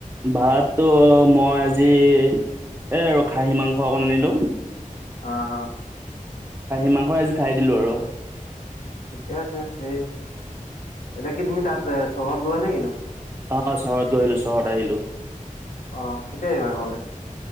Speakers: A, on the right; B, on the left.
A: ভাতটো মই আজি এই আৰু খাহী মাংস অকণ আনিলোঁ।
B: অহ।
A: খাহী মাংস আজি খাই দিলো আৰু।
B: ঠিকে আছে সেই এতিয়া কি তুমি তাত এ চহৰত গ'লা নে কিনো?
A: অ অ চহৰত গৈ আহিলো চহৰত আহিলো।
B: অহ কেতিয়া আহিবা ঘৰলে?